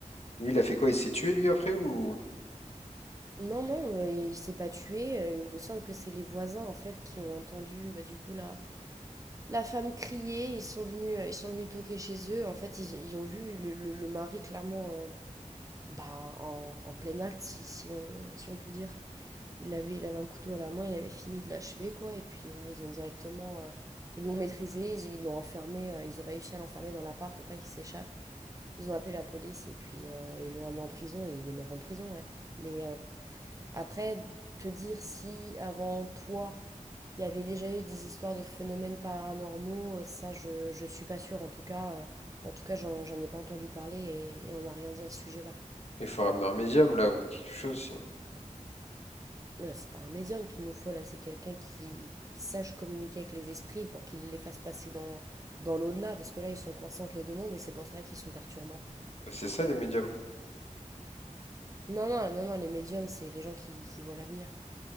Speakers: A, on the left; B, on the right.
A: Lui, il a fait quoi? Il s'est tué lui après ou?
B: Non, non, euh, il s'est pas tué. euh, Il me semble que c'est les voisins, en fait, qui ont entendu, bah, du coup, la, la femme crier. Ils sont venus, euh, ils sont venus toquer chez eux. En fait, ils, ils ont vu le, le- le mari, clairement, euh, bah, en, en plein acte, si, si on, si on peut dire. Il avait, il avait un couteau à la main, il avait fini de l'achever, quoi. Et puis, euh, ils ont directement. euh, ils l'ont maîtrisé, ils ils l'ont enfermé. euh, ils ont réussi à l'enfermer dans l'appart pour pas qu'il s'échappe. Ils ont appelé la police et puis euh, ils l'ont amené en prison et il est mort en prison, ouais. Mais euh, après, te dire si avant toi, il y avait déjà eu des histoires de phénomènes paranormaux, euh, ça, je, je suis pas sûre. En tout cas, euh, en tout cas, j'en, j'en ai pas entendu parler et, et on m'a rien dit à ce sujet-là.
A: Il faut ramener un médium là ou quelque chose sinon.
B: Euh, C'est pas un médium qu'il nous faut là, c'est quelqu'un qui sache communiquer avec les esprits pour qu'il les fasse passer dans, dans l'au-delà, parce que là ils sont coincés entre les deux mondes et c'est pour ça qu'ils sont perturbants.
A: Bah, c'est ça les médiums.
B: Non, non, non, non, les médiums, c'est les gens qui, qui voient l'avenir.